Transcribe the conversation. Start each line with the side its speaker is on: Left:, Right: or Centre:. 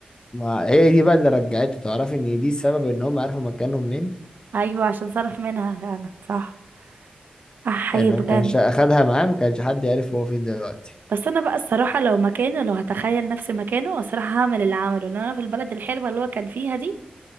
Left: ما هي دي بقى اللي رجعته تعرفي ان دي السبب ان هم عارفوا مكانهم منين
Right: ايوه عشان صرف منها فعلا صح احي
Left: يعني لو
Right: بجد
Left: كانش اخدها معاه ما كانش حد يعرف هو فين دلوقتي
Right: بس انا بقى الصراحه لو مكانه لو هتخيل نفسي مكانه الصراحه هعمل اللي عمله لان انا في البلد الحلوه اللي هو كان فيها دي